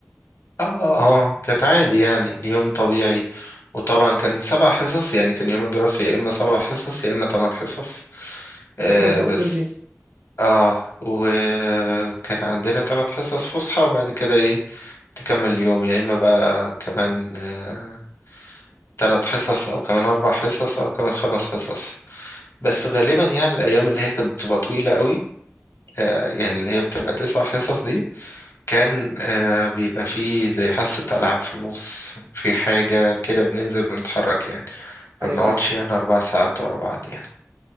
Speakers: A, on the left; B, on the right.
A: اه اه كانت عادي يعني اليوم طبيعي وطبعا كان سبع حصص يعني كان يوم الدراسي يا اما سبع حصص يا اما ثمان حصص آه
B: انت فاكر التفاصيل
A: بس
B: دي
A: اه وكان عندنا ثلاث حصص فسحة وبعد كده ايه تكمل اليوم يا اما بقى كمان آه ثلاث حصص او كمان اربع حصص او كمان خمس حصص بس غالبا يعني الايام اللي هي كانت بتبقى طويلة قوي آه يعني اللي هي بتبقى تسع حصص دي كان آه، بيبقى فيه زي حصة ألعاب في النص في حاجة كده بننزل بنتحرك يعني
B: ايوه
A: ما بنقعدش
B: ايوه
A: يعني أربع ساعات ورا بعض يعني